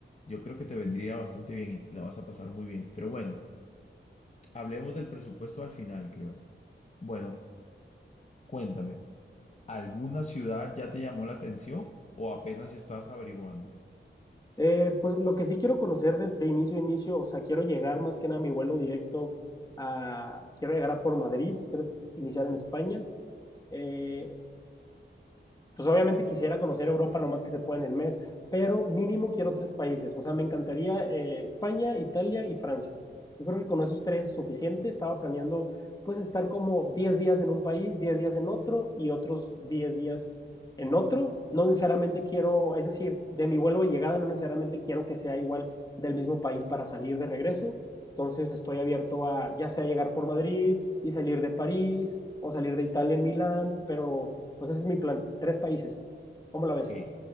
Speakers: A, on the left; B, on the left.
A: Yo creo que te vendría bastante bien y la vas a pasar muy bien. Pero bueno, hablemos del presupuesto al final, creo. Bueno, Cuéntame, ¿alguna ciudad ya te llamó la atención o apenas estás averiguando?
B: Eh, pues lo que sí quiero conocer de, de inicio a inicio, o sea, quiero llegar más que nada a mi vuelo directo a, quiero llegar a por Madrid, quiero iniciar en España. Eh, Pues obviamente quisiera conocer Europa lo más que se pueda en el mes, pero mínimo quiero tres países. O sea, me encantaría eh, España, Italia y Francia. Yo creo que con esos tres suficiente. Estaba planeando pues estar como 10 días en un país, 10 días en otro y otros 10 días en otro. No necesariamente quiero, es decir, de mi vuelo de llegada no necesariamente quiero que sea igual del mismo país para salir de regreso. Entonces estoy abierto a ya sea llegar por Madrid y salir de París o salir de Italia en Milán, pero pues ese es mi plan, tres países. ¿Cómo la
A: Ok,
B: ves?